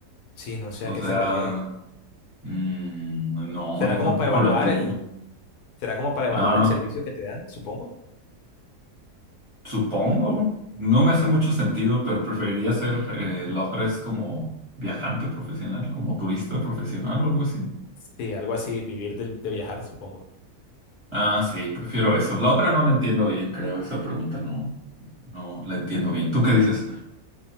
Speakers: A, on the left (about 75°); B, on the right (about 30°).
A: Sí, no sé
B: O
A: a qué
B: sea,
A: se refiere.
B: mm, no,
A: ¿Será
B: yo
A: como
B: tampoco
A: para evaluar
B: lo entiendo.
A: el, será como para evaluar
B: Ah,
A: el servicio que te dan, supongo?
B: supongo. No me hace mucho sentido, pero preferiría ser eh, la otra es como viajante profesional, como turista profesional o algo así.
A: Sí, algo así, vivir del- de, viajar, supongo.
B: Ah, sí, prefiero eso. La otra no la entiendo bien, creo, esa pregunta no. No la entiendo bien. ¿Tú qué dices?